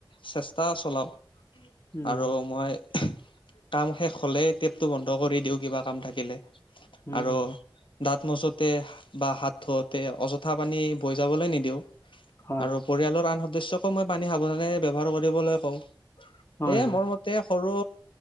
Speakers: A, on the left; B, on the left.
A: চেষ্টা চলাওঁ।
B: উম
A: আৰু মই কাম শেষ হলে টেপটো বন্ধ কৰি দিওঁ কিবা কাম থাকিলে।
B: উম
A: আৰু দাঁত মছতে বা হাত ধওঁতে অযথা পানী বৈ যাবলৈ নিদিওঁ
B: হয়
A: আৰু পৰিয়ালৰ আন সদস্যক মই পানী সাৱধানে ব্য্ৱহাৰ কৰিবলৈ কওঁ।
B: হয়
A: সেয়ে
B: হয়
A: মোৰ মতে সৰু